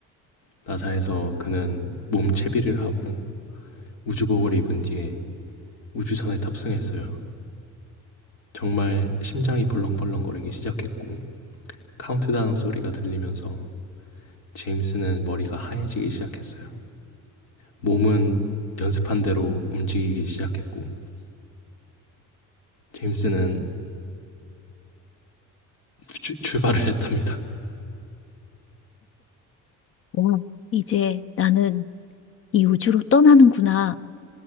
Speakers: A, on the left; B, on the left.
A: 나사에서 그는 몸 채비를 하고 우주복을 입은 뒤에 우주선에 탑승했어요. 정말 심장이 벌렁벌렁거리기 시작했고 카운트다운 소리가 들리면서 제임스는 머리가 하얘지기 시작했어요. 몸은 연습한 대로 움직이기 시작했고 제임스는 출- 출발을 했답니다.
B: 와, 이제 나는 이 우주로 떠나는구나.